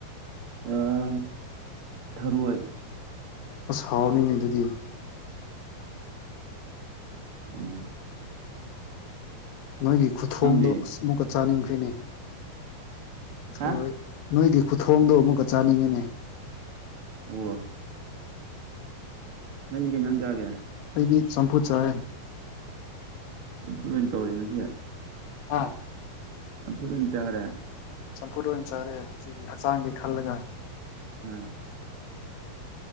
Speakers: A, on the right (about 50°); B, on the left (about 75°).
A: ꯑꯥ ꯊꯔꯣꯏ
B: ꯑꯁ ꯍꯧꯅꯤꯅꯦ ꯑꯗꯨꯗꯤ
A: ꯎꯝ
B: ꯅꯣꯏꯒꯤ ꯈꯨꯊꯣꯡꯗꯣ
A: ꯅꯪꯗꯤ
B: ꯑꯁ ꯑꯃꯨꯛꯀ ꯆꯥꯅꯤꯡꯈ꯭ꯔꯤꯅꯦ ꯊꯔꯣꯢ
A: ꯍꯥ
B: ꯅꯣꯏꯒꯤ ꯈꯨꯊꯣꯡꯗꯣ ꯑꯃꯨꯛꯀ ꯆꯥꯅꯤꯡꯉꯦꯅꯦ
A: ꯋꯥ ꯅꯪꯗꯤ ꯀꯩ ꯢꯟꯖꯥꯡ ꯆꯒꯦ
B: ꯑꯩꯗꯤ ꯁꯝꯐꯨꯠ ꯆꯔꯦ
A: ꯆꯝꯐꯨꯠ ꯑꯣꯢꯅ ꯇꯧꯔꯦ ꯉꯁꯤꯗꯤ
B: ꯑꯥ
A: ꯆꯝꯐꯨꯠ ꯑꯣꯢ ꯆꯥꯔꯦ
B: ꯆꯝꯐꯨꯠ ꯑꯣꯏꯅ ꯆꯥꯔꯦ ꯍꯛꯆꯥꯡꯒꯤ ꯈꯜꯂꯒ
A: ꯑ